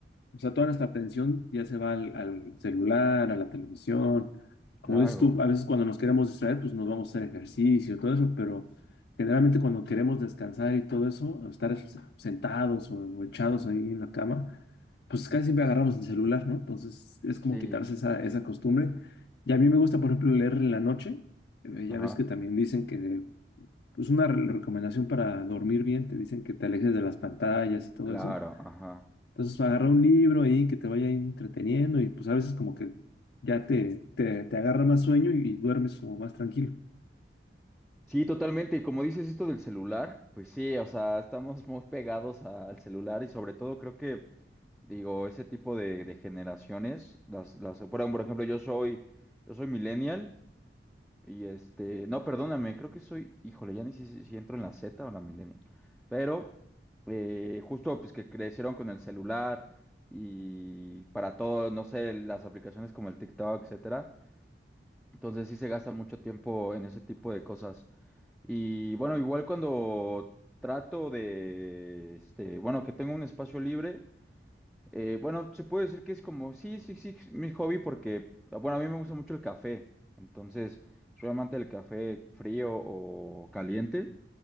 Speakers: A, on the left; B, in the centre.
A: o sea, toda nuestra atención ya se va al, al celular, a la televisión. Como
B: Claro,
A: dices tú, a veces cuando nos queremos distraer, pues nos vamos a hacer ejercicio, todo eso, pero generalmente cuando queremos descansar y todo eso, o estar sentados o, o echados ahí en la cama, pues casi siempre agarramos el celular, ¿no? Entonces es
B: sí,
A: como quitarse esa, esa costumbre. Y a mí me gusta, por ejemplo, leer en la noche. Eh, Ya
B: ajá.
A: ves que también dicen que pues una re- recomendación para dormir bien, te dicen que te alejes de las pantallas y todo
B: Claro,
A: eso.
B: ajá.
A: Entonces agarra un libro ahí que te vaya ahí entreteniendo y pues a veces como que ya te, te, te agarra más sueño y, y duermes como más tranquilo.
B: Sí, totalmente. Y como dices esto del celular, pues sí, o sea, estamos muy pegados a- al celular y sobre todo creo que, digo, ese tipo de, de generaciones, las, las, bueno, por ejemplo, yo soy, yo soy millennial y este, no, perdóname, creo que soy, híjole, ya ni sé si, si entro en la Z o en la millennial, pero eh, justo pues que crecieron con el celular y para todo, no sé, las aplicaciones como el TikTok, etcétera. Entonces sí se gasta mucho tiempo en ese tipo de cosas. Y bueno, igual cuando trato de, este, bueno, que tengo un espacio libre, eh, bueno, se puede decir que es como, sí, sí, sí, mi hobby porque, bueno, a mí me gusta mucho el café. Entonces, soy amante del café frío o caliente.